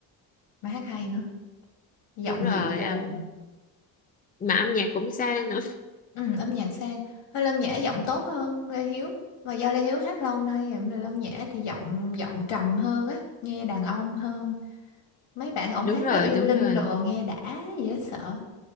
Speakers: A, on the left; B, on the left.
A: mà hát hay nữa giọng
B: đúng rồi
A: dịu dàng
B: âm mà âm nhạc cũng sang nữa
A: ừ, âm nhạc sang hơi Lân Nhã giọng tốt hơn Lê Hiếu mà do Lê Hiếu hát lâu nay rồi, Lân Nhã thì giọng giọng trầm hơn á nghe đàn ông hơn mấy bạn
B: <laughs>
A: ổng
B: đúng
A: hát
B: rồi
A: với Uyên
B: đúng
A: Linh
B: rồi
A: đồ nghe đã dễ sợ